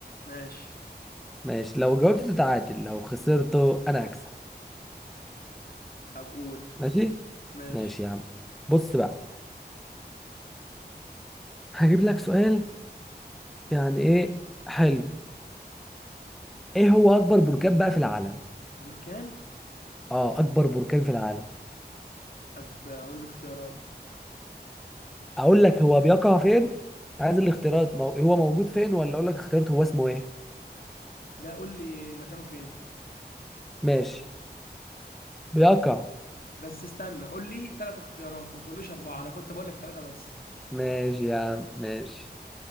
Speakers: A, on the left; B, in the centre.
A: ماشي
B: ماشي لو جاوبت تتعادل لو خسرته أنا هكسب
A: طب قول
B: ماشي
A: ماشي
B: ماشي يا عم بص بقى هجيب لك سؤال يعني إيه حلو إيه هو أكبر بركان بقى في العالم
A: بركان
B: آه أكبر بركان في العالم
A: طب قول لي اختيارات
B: أقول لك هو بيقع فين عايز الاختيارات مو... هو موجود فين ولا أقول لك اختيارات هو اسمه إيه
A: لا قول لي مكانه فين
B: ماشي بيقع
A: بس استنى قول لي ثلاث اختيارات ما تقوليش أربعة أنا كنت بقول لك ثلاثة بس
B: ماشي يا عم ماشي